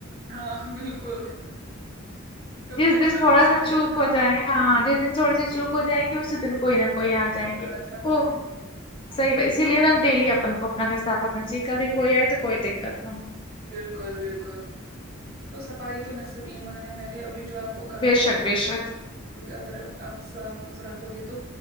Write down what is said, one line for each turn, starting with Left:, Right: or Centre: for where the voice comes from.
Right: ہاں بالکل کبھی
Left: جس
Right: اچانک
Left: دن تھوڑا
Right: سے
Left: سا
Right: آ
Left: چوپ
Right: جاتا ہاں
Left: ہو جائے ہاں جس دن تھوڑی سی چوک ہو جائے گی اسی دن کوئی نا کوئی آ جائیں گے
Right: جاتا
Left: وہ
Right: ہے
Left: صحیح بھائی اسی لیے نا ڈیلی اپن کو اپنا گھر صاف رکھنا چاہیے کبھی کوئی آئے تو کوئی دکت نہ ہو
Right: بالکل بالکل تو صفائی تو نصب ایمان ہے میں نے ابھی جو آپ کو کہا
Left: بے
Right: کیا
Left: شک بے شک
Right: اگر آپ صاف رکھو گے تو